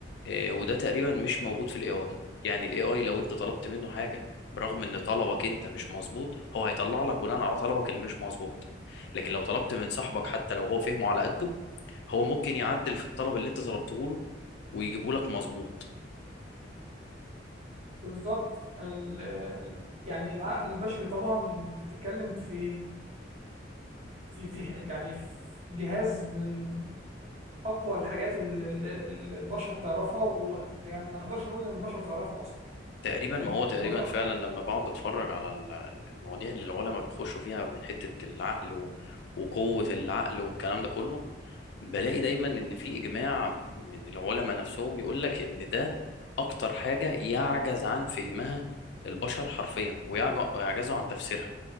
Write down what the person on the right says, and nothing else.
بالظبط ال... ال- يعني العقل البشري طبعا انت بتتكلم في في في يعني في جهاز من اقوى الحاجات اللي اللي- اللي البشر تعرفها ويعني ما نقدرش نقول ان البشر تعرفها اصلا
لان
البشر
ح-